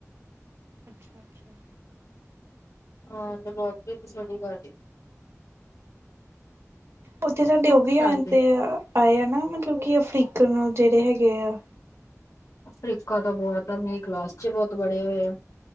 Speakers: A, on the right; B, on the left.
A: ਅੱਛਾ-ਅੱਛਾ।
B: ਹਾਂ ਦੇਖੋ, ਅੱਗੇ ਦੀ ਸਟਡੀ ਕਰਦੀ।
A: ਉੱਥੇ ਸਾਡੇ
B: ਤੂੰ
A: ਉਹ
B: ਕੀ
A: ਵੀ
B: ਕਰਦੀ
A: ਆ ਤੇ ਆਏ ਆ ਨਾ ਮਤਲਬ ਕਿ ਅਫਰੀਕਨ ਜਿਹੜੇ ਹੈਗੇ ਆ।
B: ਅਫਰੀਕਾਨ ਤਾਂ ਬੋਤ ਐ, ਮੇਰੀ ਕਲਾਸ ਚ ਬੋਤ ਬੜੇ ਹੋਏ ਐ